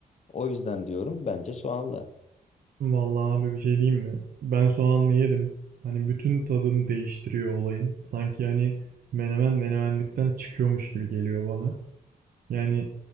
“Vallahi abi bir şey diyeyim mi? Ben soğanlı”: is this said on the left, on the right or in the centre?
Right